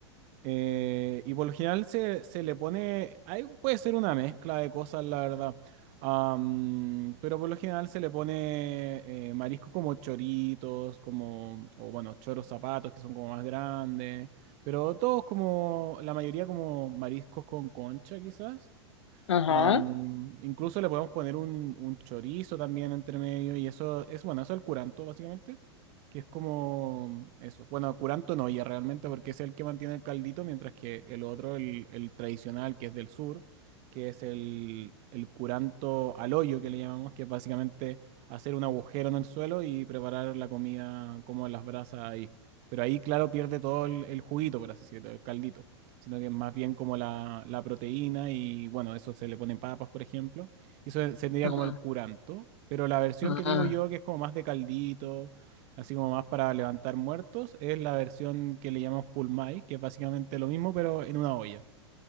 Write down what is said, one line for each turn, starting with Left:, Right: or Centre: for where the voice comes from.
Right: eh, y por lo general se, se le pone, ahí puede ser una mezcla de cosas, la verdad. am, pero por lo general se le pone eh, mariscos como choritos, como, o bueno, choros zapatos que son como más grandes. Pero todos como, la mayoría como mariscos con concha quizás.
Left: Ajá.
Right: Am, incluso le podemos poner un, un chorizo también entre medio y eso es bueno, eso es el curanto básicamente, que es como eso. Bueno, curanto no ya realmente porque es el que mantiene el caldito, mientras que el otro, el, el tradicional que es del sur, que es el, el curanto al hoyo que le llamamos, que es básicamente hacer un agujero en el suelo y preparar la comida como en las brasas ahí. Pero ahí, claro, pierde todo el, el juguito, por así decirlo, el caldito sino que es más bien como la, la proteína y bueno, eso se le ponen papas, por ejemplo. Y eso es- sería
Left: Ajá.
Right: como el curanto, pero la versión
Left: ajá
Right: que digo yo, que es como más de caldito, así como más para levantar muertos, es la versión que le llamamos pulmay, que es básicamente lo mismo, pero en una olla.